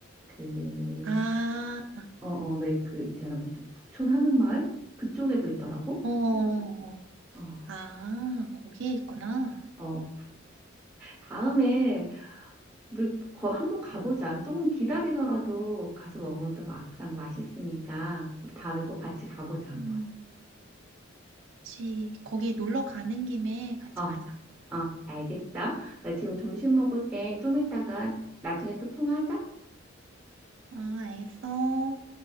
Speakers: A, in the centre; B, on the right.
A: 그
B: 아,
A: 어 어 왜 그 있잖아 북- 북촌 하는 마을 그쪽에도 있더라고
B: 어,
A: 어
B: 아, 거기에 있구나.
A: 어. 다음에 우리 거 한번 가보자 조금 기다리더라도 가서 먹으면 또 막상 맛있으니까 우리 다음에 꼭 같이 가보자 한번
B: 음. 그치. 거기 놀러 가는 김에 같이
A: 어,
B: 가자.
A: 어, 알겠어. 나 지금 점심 먹을게. 좀 이따가 나중에 또 통화하자.
B: 아, 알겠어.